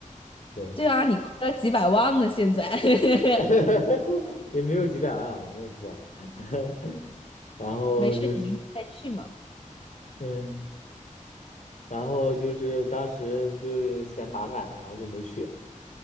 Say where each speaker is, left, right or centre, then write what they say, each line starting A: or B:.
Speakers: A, on the left; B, on the left.
A: 对。
B: 对啊，你亏了几百万呢，现在。<laughs>
A: <laughs> 也没有几百万啊，也没有几百万。<laughs> 然后就是，
B: 没事，你明天再去嘛。
A: 嗯，然后就是当时就嫌麻烦，然后就没去。